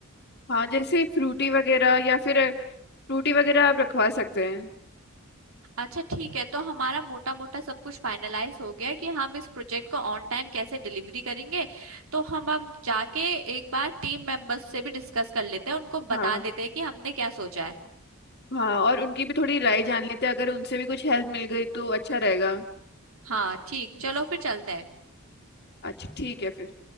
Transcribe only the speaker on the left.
हाँ जैसे फ्रूटी वगैरह या फिर फ्रूटी वगैरह आप रखवा सकते हैं
हाँ
हाँ और उनकी भी थोड़ी राय जान लेते हैं अगर उनसे भी कुछ हेल्प मिल गई तो अच्छा रहेगा
जी।
अच्छा ठीक है फिर